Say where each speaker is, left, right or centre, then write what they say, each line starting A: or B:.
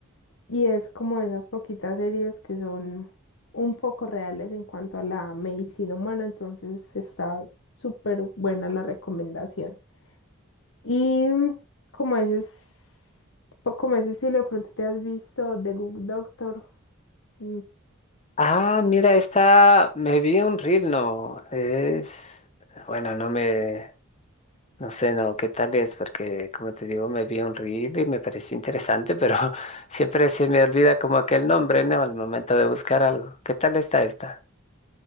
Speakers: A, on the left; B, on the left.
A: Y es como esas poquitas series que son un poco reales en cuanto a la medicina humana, entonces está súper buena la recomendación. Y como ese, es- po- como ese estilo, de pronto te has visto The Good Doctor, mm,
B: Ah, mira, esta me vi un reel, no, es, bueno, no me, no sé, no, qué tal es, porque como te digo, me vi un reel y me pareció interesante, pero <laughs> siempre se me olvida como aquel nombre, ¿no? Al momento de buscar algo. ¿Qué tal está esta?